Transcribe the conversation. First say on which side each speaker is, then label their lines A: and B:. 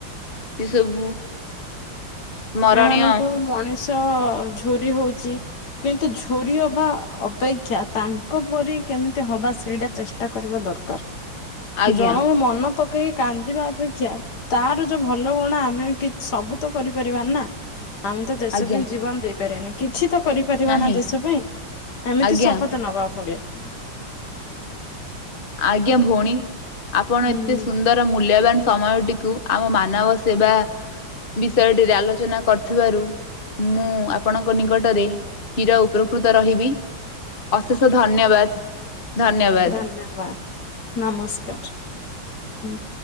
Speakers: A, on the left; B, on the left.
A: ସେ ସବୁ ସ୍ମରଣୀୟ
B: ଏମାନଙ୍କୁ ମଣିଷ ଝୁରି ହଉଛି। କିନ୍ତୁ ଝୁରି ହବା ଅପେକ୍ଷା ତାଙ୍କ ପରି କେମିତି ହବା ସେଇଟା ଚେଷ୍ଟ ଟା କରିବା ଦରକାର
A: ଆଜ୍ଞା
B: ଜଣଙ୍କ ମନ ପକେଇକି କାନ୍ଦିବା ଅପେକ୍ଷା ତାର ଯୋଉ ଭଲ ଗୁଣ ଆମେ କିଛି ସବୁ ତ କରିପାର ରିବାନା ଆମେ ତ ଦେଶ
A: ଆଜ୍ଞା
B: ପାଇଁ ଜୀବନ ଦେଇପାରିବାନି। କିଛି ତ କରିପାରିବା
A: ନାହିଁ
B: ନା ଦେଶ ପାଇଁ ଏମିତି
A: ଆଜ୍ଞା
B: ଶପଥ ନବାକୁ ପଡିବ।
A: ଆଜ୍ଞା ଭଉଣୀ ଆପଣ
B: ହୁଁ
A: ଏତେ ସୁନ୍ଦର ର ମୂଲ୍ୟବାନ ସମୟଟିକୁ ଆମ ମାନବ ସେବା ବିଷୟଟିରେ ଆଲୋଚନା କରିଥିବାରୁ ମୁଁ ଆପଣଙ୍କ ନିକଟରେ କ୍ଷୀର ଉପକୃତ ରହିବି ଅଶେଷ ଧନ୍ୟବାଦ ଧନ୍ୟବାଦ।
B: ଧନ୍ୟବାଦ ନମସ୍କାର ହୁଁ।